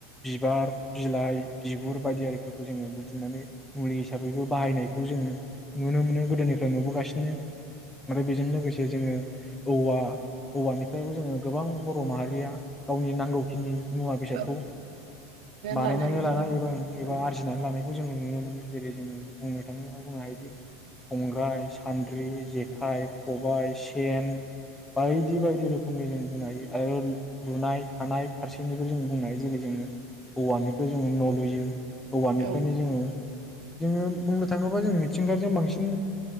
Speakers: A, in the centre; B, on the right.
A: बिबार बिलाइ बिगुर बायदियिफोरखौ जोङो बुथुमनानै मुलि हिसाबैबो बाहायनायखौ जोङो नुनो मोनो गोदोनिफ्राय नुबोगासि नो आरो बेजों लोगोसे जोङो औवा औवानिफ्रायबो जोङो गोबां बर' माहारिया गावनि नांगौखिनि मुवा बेसादखौ
B: औ
A: बानायनानै
B: लानो हायो
A: लानाय
B: माने
A: एबा एबा
B: औ
A: आरजिनानै लानाय खौ जों नुनो मोनो जेरै जोङो बुंनो थाङो बुंनो हायोदि संग्राइ सानद्रि जेखाइ खबाइ सेन बायदि बायदि रोखोमनि जों बुंनो हायो आरो लुनाय थानाय फारसेनिबो जों बुंनो हायो जेरै जोङो औवानिखौ जोङो न लुयो औवानिफ्रायनो
B: औ
A: जोङो जोङो बुंनो थाङोबा जों मिथिंगाजों बांसिन